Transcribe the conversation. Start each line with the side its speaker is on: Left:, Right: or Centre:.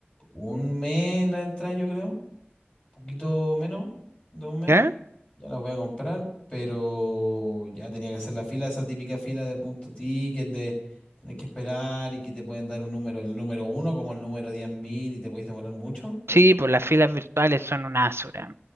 Left: Un mes la entrada, yo creo. Un poquito menos de un mes.
Right: ¿Ya?
Left: Ya las voy a comprar, pero ya tenía que hacer la fila, esa típica fila de punto ticket, de tener que esperar y que te pueden dar un número, el número uno como el número 10.000 y te podéis demorar mucho.
Right: Sí, pues las filas virtuales son una basura.